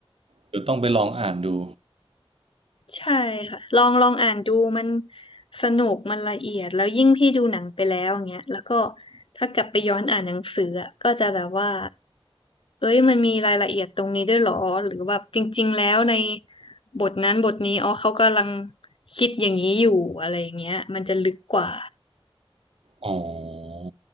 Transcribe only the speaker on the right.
เดี๋ยวต้องไปลองอ่านดู
อ๋อ